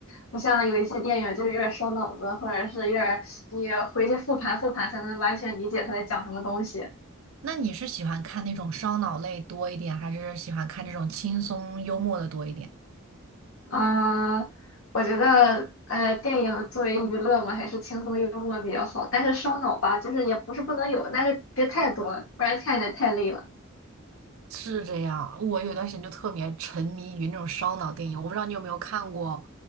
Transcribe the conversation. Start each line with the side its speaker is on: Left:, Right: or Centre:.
Left: 不像有一些电影，就是有点烧脑子，或者是有点你回去复盘复盘才能完全理解他在讲什么东西。
Right: 那你是喜欢看那种烧脑类多一点，还是喜欢看这种轻松幽默的多一点？
Left: 嗯，我觉得呃，电影作为娱乐嘛，还是轻松幽默比较好，但是烧脑吧，就是也不是不能有，但是别太多，不然看着太累了。
Right: 是这样，我有段时间就特别沉迷于那种烧脑电影，我不知道你有没有看过，